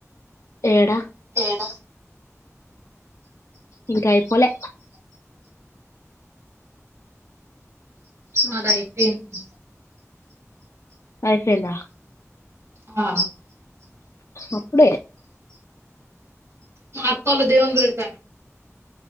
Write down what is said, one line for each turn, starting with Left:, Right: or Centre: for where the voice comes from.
Left: ఏడ
Right: ఏడ
Left: ఇంకా అయిపోలె
Right: మాదైపోయింది.
Left: అయిపోయింద
Right: ఆ
Left: అప్పుడే
Right: మా అక్కోళ్ళు దేవున్ పెడ్తాన్రు.